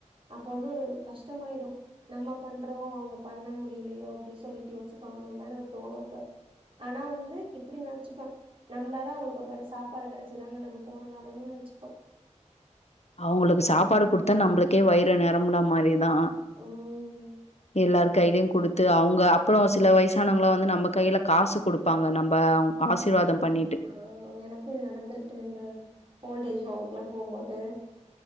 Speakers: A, on the right (about 50°); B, on the left (about 60°).
A: அப்ப வந்து ஒரு கஷ்டமாய்டு நம்ம பண்றோ அவங்க பண்ண முடியலையோ அப்டி சொல்லிட்டு யோசிப்பாங்களோன் தா எனக்கு தோணு அப்ப ஆனா வந்து இப்டி நெனச்சுப்பே நம்ளால அவுங்ளுக் ஒரு வேல சாப்பாடு கெடச்சிதா நாங் அங்க போனதாலன்னு நெனைச்சுப்பே
B: அவுங்ளுக்கு சாப்பாடு குடுத்தா நம்ளுக்கே வயிறு நெரம்புன மாரி தா
A: ம்
B: எல்லாரு கையிலியு குடுத் டு அவங்க அப்புறோ சில வயசானவங்களா வந்து நம்ம கையில காசு குடுப்பாங்க நம்ப ஆசிர்வாதோ பண்ணிட்டு
A: அ எனக்கு இது நடந்திருக்கு இந்த ஓல்ட ஏஜ் ஹோமுக்குல்லா போம்போது